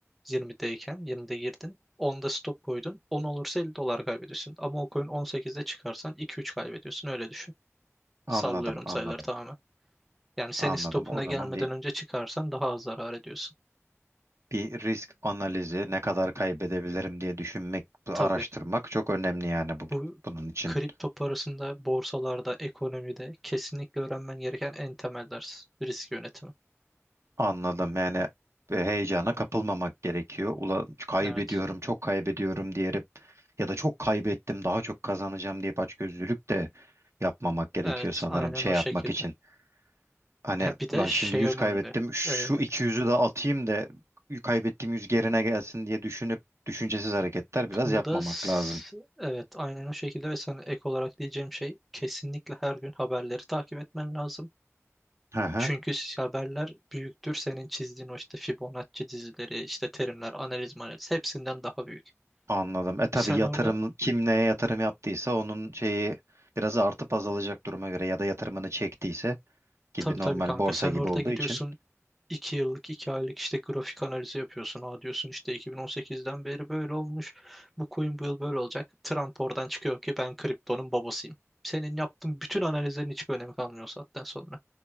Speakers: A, in the centre; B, on the right.
A: 20'deyken 20'de girdin. 10'da stop koydun. 10 olursa 50 dolar kaybediyorsun. Ama o coin 18'de çıkarsan 2-3 kaybediyorsun. Öyle düşün.
B: Anladım,
A: Sallıyorum
B: anladım.
A: sayıları tamamen. Yani senin
B: Anladım.
A: stopuna
B: O zaman
A: gelmeden
B: bir
A: önce çıkarsan daha az zarar ediyorsun.
B: bir risk analizi ne kadar kaybedebilirim diye düşünmek, araştırmak
A: Tabii.
B: çok önemli yani bu,
A: Bu
B: bunun için.
A: kripto parasında, borsalarda, ekonomide kesinlikle öğrenmen gereken en temel ders risk yönetimi.
B: Anladım. Yani e, heyecana kapılmamak gerekiyor. Ulan kaybediyorum,
A: Evet,
B: çok kaybediyorum diyerek ya da çok kaybettim, daha çok kazanacağım deyip açgözlülük de yapmamak gerekiyor
A: evet,
B: sanırım
A: aynen
B: şey
A: o
B: yapmak
A: şekilde.
B: için. Hani
A: Ha, bir de
B: ulan
A: şey
B: şimdi 100
A: önemli.
B: kaybettim, şu
A: Ee,
B: iki yüzü de atayım da kaybettiğim 100 gerine gelsin diye düşünüp düşüncesiz hareketler biraz
A: burada
B: yapmamak
A: s-
B: lazım.
A: evet, aynen o şekilde ve sana ek olarak diyeceğim şey kesinlikle her gün haberleri takip etmen lazım.
B: Hı hı.
A: Çünkü s- haberler büyüktür senin çizdiğin o işte Fibonacci dizileri, işte terimler, analiz, analiz hepsinden daha büyük.
B: Anladım. E tabii
A: Sen
B: yatırım
A: orada
B: kim neye yatırım yaptıysa onun şeyi biraz artıp azalacak duruma göre ya da yatırımını çektiyse gibi
A: tabii tabii
B: normal
A: kanka
B: borsa
A: sen
B: gibi
A: orada
B: olduğu
A: gidiyorsun
B: için.
A: 2 yıllık 2 aylık işte grafik analizi yapıyorsun. Aa diyorsun işte 2018'den beri böyle olmuş. Bu coin bu yıl böyle olacak. Trump oradan çıkıyor ki ben kriptonun babasıyım. Senin yaptığın bütün analizlerin hiçbir önemi kalmıyor o saatten sonra.